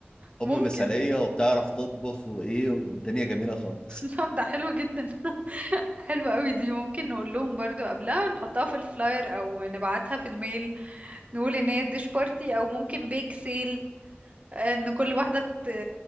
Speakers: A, on the right; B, on the left.
A: ممكن
B: أم مثالية وبتعرف تطبخ وإيه والدنيا جميلة خالص
A: <laughs> طب ده حلو جدا <laughs> حلو قوي دي ممكن نقول لهم برضو قبلها نحطها في الفلاير او نبعتها في الميل نقول ان هي ديش بارتي او ممكن بيك سيل ان كل واحدة ت...